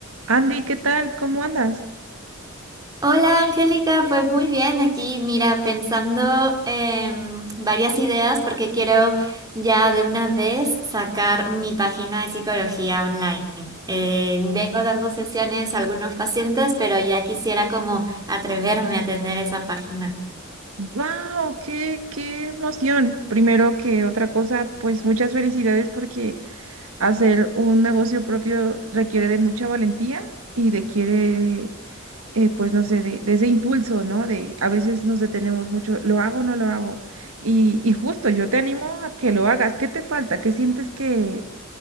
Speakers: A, on the right; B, on the right.
A: Andy, ¿qué tal? ¿Cómo andas?
B: Hola Angélica, pues muy bien, aquí mira, pensando en varias ideas porque quiero ya de una vez sacar mi página de psicología online. Eh, vengo dando sesiones a algunos pacientes, pero ya quisiera como atreverme a tener esa página.
A: ¡Wow! ¡Qué, qué emoción! Primero que otra cosa, pues muchas felicidades porque hacer un negocio propio requiere de mucha valentía y de quiere, eh, pues no sé, de, de ese impulso, ¿no? De a veces nos detenemos mucho, ¿lo hago o no lo hago? Y, y justo, yo te animo a que lo hagas. ¿Qué te falta? ¿Qué sientes que,